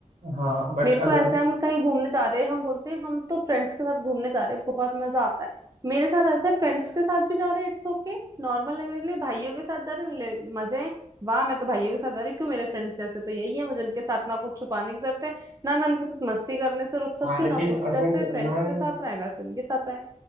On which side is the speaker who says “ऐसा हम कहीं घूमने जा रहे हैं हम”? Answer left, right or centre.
Right